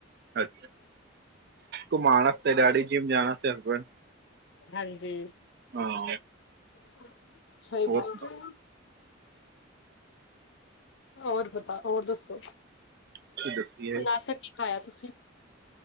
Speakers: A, on the right (about 55°); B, on the left (about 60°).
A: ਅੱਛਾ ਘੁੰਮਾਣ ਵਾਸਤੇ ਡੈਡੀ ਜੀ ਨੂੰ ਜਾਣ ਟਰਬਨ
B: ਹਾਂਜੀ
A: ਹਾਂ
B: <unintelligible> ਸਹੀ
A: ਹੋਰ
B: ਬਾਤ
A: ਸੁਣਾਓ
B: ਹੈ ਹੋਰ ਬਤਾ ਹੋਰ ਦੱਸੋ
A: ਤੁਸੀਂ ਦੱਸੀਏ
B: ਉਨਾਸਕ ਦਿਖਾਇਆ ਤੁਸੀਂ